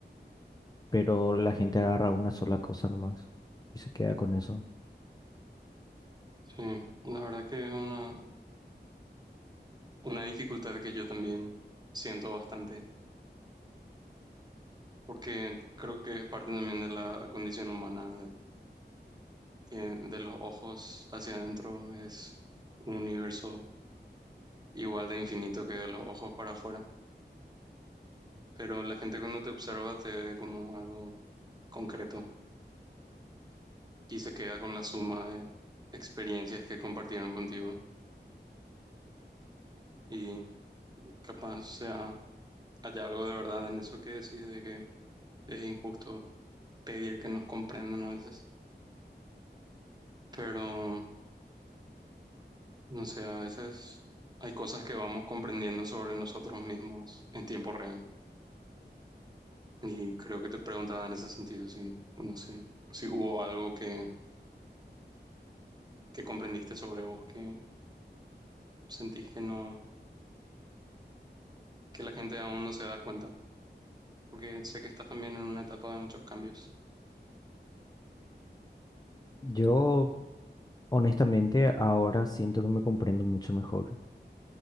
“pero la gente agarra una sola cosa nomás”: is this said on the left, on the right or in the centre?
Left